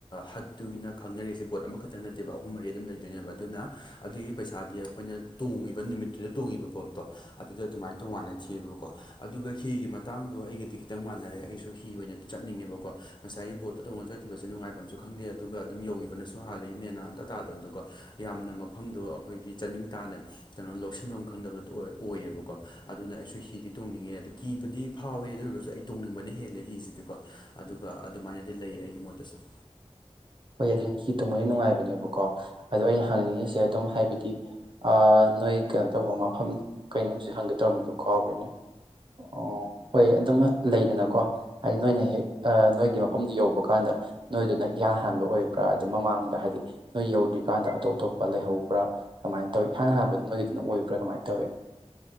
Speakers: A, on the left (about 40°); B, on the right (about 45°).
A: ꯍꯠꯇꯨꯒꯤꯅ ꯈꯪꯅꯔꯤꯁꯦ ꯕꯣꯠ ꯑꯃꯈꯛꯇꯪ ꯅꯠꯇꯦꯕ ꯑꯍꯨꯝ ꯃꯔꯤ ꯑꯗꯨꯝ ꯂꯩꯗꯣꯏꯅꯦꯕ ꯑꯗꯨꯅ ꯑꯗꯨꯒꯤ ꯄꯩꯁꯥꯗꯤ ꯑꯩꯈꯣꯏꯅ ꯇꯣꯡꯉꯤꯕ ꯅꯨꯃꯤꯠꯇꯨꯗ ꯇꯣꯡꯉꯤꯕ ꯄꯣꯠꯇꯣ ꯑꯗꯨꯗ ꯑꯗꯨꯃꯥꯏ ꯇꯣꯉꯥꯟꯅ ꯊꯤꯑꯦꯕꯀꯣ ꯑꯗꯨꯒ ꯍꯤꯒꯤ ꯃꯇꯥꯡꯗꯣ ꯑꯩꯒꯗꯤ ꯈꯤꯇꯪ ꯃꯥꯟꯅꯔꯦ ꯑꯩꯁꯨ ꯍꯤ ꯑꯣꯏꯅ ꯆꯠꯅꯤꯡꯉꯦꯕꯀꯣ ꯉꯁꯥꯏꯒꯤ ꯕꯣꯠꯇꯨ ꯇꯧꯉ ꯆꯠꯈꯤꯕꯁꯦ ꯅꯨꯡꯉꯥꯏꯕꯝꯁꯨ ꯈꯪꯗꯦ ꯑꯗꯨꯒ ꯑꯗꯨꯝ ꯌꯧꯈꯤꯕꯅꯁꯨ ꯍꯥꯥꯟꯂꯦ ꯃꯦꯟꯃꯥꯟ ꯑꯝꯇ ꯇꯥꯗꯕꯗꯣꯀꯣ ꯌꯥꯝꯅ ꯃꯐꯝꯗꯣ ꯑꯩꯈꯣꯏꯒꯤ ꯆꯥꯅꯤꯡ ꯇꯥꯅ ꯀꯩꯅꯣ ꯂꯧꯁꯤꯟꯐꯝ ꯈꯪꯗꯕꯗꯣ ꯑꫭꯏ ꯑꯣꯏꯌꯦꯕꯀꯣ ꯑꯗꯨꯅ ꯑꯩꯁꯨ ꯍꯤꯗꯤ ꯇꯣꯡꯅꯤꯡꯉꯦ ꯑꯗꯨ ꯀꯤꯕꯗꯤ ꯐꯥꯎꯋꯦ ꯑꯗꯨ ꯑꯣꯏꯔꯒꯁꯨ ꯑꯩ ꯇꯣꯡꯅꯤꯡꯕꯅ ꯍꯦꯜꯂꯦ ꯍꯤꯁꯤꯗꯤꯀꯣ ꯑꯗꯨꯒ ꯑꯗꯨꯃꯥꯏꯅꯗꯤ ꯂꯩ ꯑꯩꯒꯤ ꯃꯣꯠꯇꯁꯨ
B: ꯍꯣꯏ ꯑꯗꯨꯅꯤ ꯍꯤ ꯇꯣꯝꯕ ꯅꯨꯡꯉꯥꯏꯕꯅꯦꯕꯀꯣ ꯑꯗꯣ ꯑꯩꯅ ꯍꯪꯅꯤꯡꯉꯤꯁꯦ ꯑꯗꯨꯝ ꯍꯥꯏꯕꯗꯤ ꯑ ꯅꯣꯏ ꯀꯩꯅꯣ ꯇꯧꯕ ꯃꯐꯝ ꯀꯩꯅꯣ ꯑꯩꯅ ꯍꯧꯖꯤꯛ ꯍꯪꯒꯦ ꯇꯧꯔꯝꯕꯗꯨ ꯀꯥꯎꯈ꯭ꯔꯦꯅꯦ ꯑꯣ ꯍꯣꯏ ꯑꯗꯨꯃ ꯂꯩꯗꯅꯀꯣ ꯍꯥꯏꯗꯤ ꯅꯣꯏꯅ ꯍꯦꯛ ꯑ ꯅꯣꯏꯒꯤ ꯃꯐꯝꯗꯨ ꯌꯧꯕ ꯀꯥꯟꯗ ꯅꯣꯏꯗꯨꯅ ꯏꯍꯥꯟ ꯍꯥ ꯍꯥꯟꯕ ꯑꯣꯏꯕ꯭ꯔꯥ ꯑꯗꯩ ꯃꯃꯥꯡꯗ ꯍꯥꯏꯗꯤ ꯅꯣꯏ ꯌꯧꯗ꯭ꯔꯤꯀꯥꯟꯗ ꯑꯇꯣꯞ ꯑꯇꯣꯞꯄ ꯂꯩꯍꯧꯕ꯭ꯔꯥ ꯀꯃꯥꯏ ꯇꯧꯏ ꯏꯍꯥꯟ ꯍꯥꯟꯕꯗꯨ ꯅꯣꯏꯒꯤꯗꯨꯅ ꯑꯣꯏꯕ꯭ꯔꯥ ꯀꯃꯥꯏ ꯇꯧꯏ